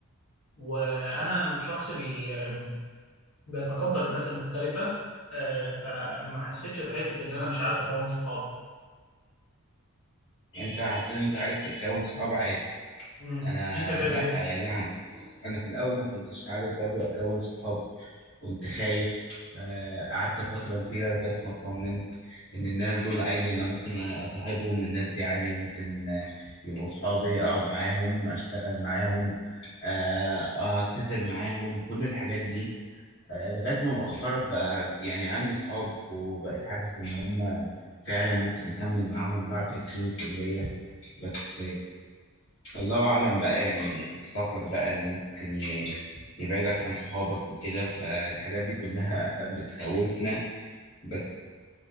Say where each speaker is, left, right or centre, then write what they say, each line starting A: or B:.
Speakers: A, on the left; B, on the left.
A: وانا شخص بي آم، بيتقبل الناس المختلفه آه، فما حسيتش بحته ان انا مش عارف اكون صحاب دي
B: انت حسيت إن انت عرفت تكون صحاب عادي
A: مم.
B: انا
A: انت شايف
B: لا
A: ايه؟
B: يا جماعه انا في الاول ما كنتش عارف برضو اكون صحاب كنت خايف آه، قعدت فتره كبيره لغايه ما اطمنت ان الناس دول عادي انا ممكن اصاحبهم الناس دي عادي ممكن آه، يبقوا صحابي اقعد معاهم اشتغل معاهم آه، اسافر معاهم كل الحاجات دي آه، لغايه ما مؤخرا بقى يعني عندي صحاب وبقيت حاسس ان هم فعلا ممكن اكمل معاهم بعد سنين الكليه بس الله أعلم بقى يعني السفر بقى إن ممكن ي- يبعدك عن صحابك وكده فالحاجات دي كلها بتخوفنا بس